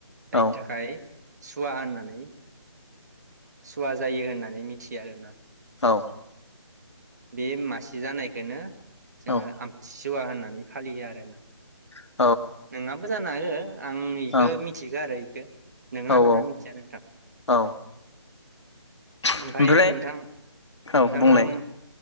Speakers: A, on the right (about 35°); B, on the left (about 75°).
A: जायनि
B: औ
A: थाखाय सुवा होननानै सुवा जायो होननानै मिथ थि आरो ना।
B: औ
A: बे मासे जानायखोनो जोङो
B: औ
A: आमथि सुवा होननानै फालियो आरो ना।
B: <inaudible>
A: नोंआबो जानो हागौ आं इखो
B: औ
A: मिथिगो आरो खो नोंगो
B: औ
A: ना नङा मिथिया नोंथां
B: औ
A: ओमफाय
B: ओमफ्राय
A: नोंथां
B: औ
A: नोंथांना
B: बुंलाय
A: आम